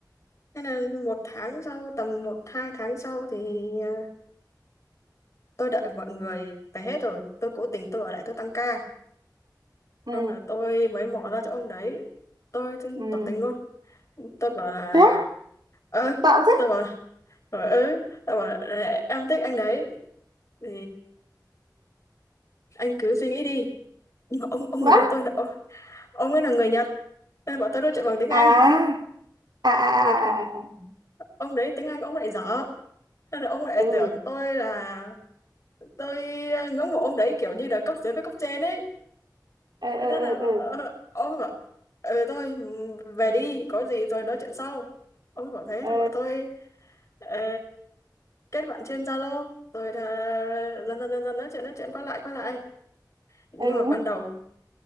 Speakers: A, on the left (about 40°); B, on the right (about 70°).
A: nên là một tháng sau tầm một hai tháng sau thì ờ, tôi đợi mọi người về hết rồi tôi cố tình tôi ở lại tôi tăng ca
B: ừ
A: Không là tôi mới mỏ ra cho ông đấy. Tôi thì
B: ừ.
A: tỏ tình luôn. Tôi bảo là
B: Thế á?
A: ơ,
B: Bạo thế?
A: tôi bảo rồi ừ, tôi bảo là, em thích anh đấy. Thì anh cứ suy nghĩ đi. Nhưng mà ông ông
B: Vã?
A: người yêu tôi đã ông, ông ấy là người Nhật. Nên bọn tôi nói chuyện bằng tiếng Anh.
B: À à à
A: Nhưng Là cái,
B: à à. à.
A: ông đấy tiếng Anh ông lại dở. Nên là ông lại
B: Ừ.
A: tưởng tôi là tôi ngưỡng mộ ông đấy kiểu như là cấp dưới với cấp trên ấy.
B: Ừ
A: thế
B: ừ
A: là ờ,
B: ừ ừ.
A: ông bảo ừ thôi về đi có gì rồi nói chuyện sau ông bảo thế
B: Ừ
A: xong bọn tôi ờ, kết bạn trên Zalo rồi là dần dần dần dần nói chuyện nói chuyện qua lại qua lại nhưng
B: ừ.
A: mà ban đầu